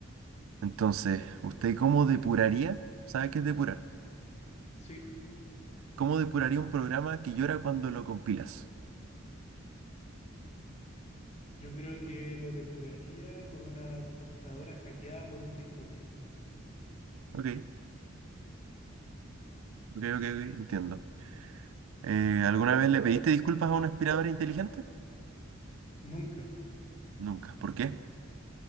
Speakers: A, on the right; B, on the left.
A: Entonces, ¿usted cómo depuraría? ¿Sabe qué es depurar?
B: Sí,
A: ¿Cómo depuraría un programa que llora cuando lo compilas?
B: yo creo que lo depuraría con una tostadora hackeada por un TikToker.
A: Ok, ok, ok, ok, entiendo. Eh, ¿alguna vez le pediste disculpas a una aspiradora inteligente?
B: Nunca,
A: Nunca. ¿Por qué?